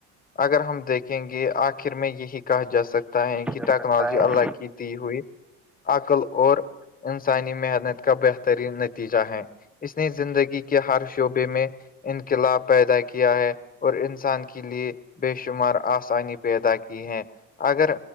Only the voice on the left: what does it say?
اگر ہم دیکھیں گے آخر میں یہی کہا جا سکتا ہے
کہ ٹیکنالوجی
اللہ کی ت ہوئی عقل اور انسانی محنت کا بہترین نتیجہ ہے اس نے زندگی کے ہر شعبے میں انقلاب پیدا کیا ہے اور انسان کے لیے بے شمار آسانی پیدا کی ہے اگر